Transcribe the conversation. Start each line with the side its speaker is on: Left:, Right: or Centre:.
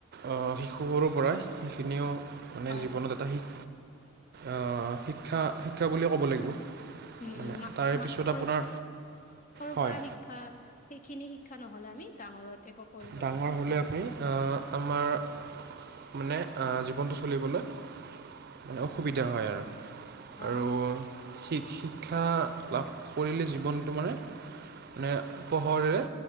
Right: অ শিশু অৰ পৰা সেইখিনিও
Left: উম
Right: মানে
Left: হয়
Right: জীৱনত
Left: হয়
Right: এটা শিক অ শিক্ষা শিক্ষা বুলিয়ে ক'ব লাগিব।
Left: উম
Right: মানে
Left: উম মা
Right: তাৰে
Left: মা
Right: পিছত
Left: সৰু
Right: আপোনাৰ
Left: প সৰুৰ
Right: হয়
Left: পৰা শিক ক্ষা সেইখিনি শিক্ষা নহ'লে আমি ডাঙৰত একো কৰিব
Right: ডাঙৰ
Left: নোৱাৰো
Right: হ'লে
Left: হয়,
Right: আপুনি
Left: হয়।
Right: আ আমাৰ মানে আ জীৱনটো চলিবলৈ মানে অসুবিধা হয় আৰু,
Left: উম হয়,
Right: আৰু শি শিক্ষা লাভ কৰিলে জীৱনটো মানে মানে পোহৰেৰে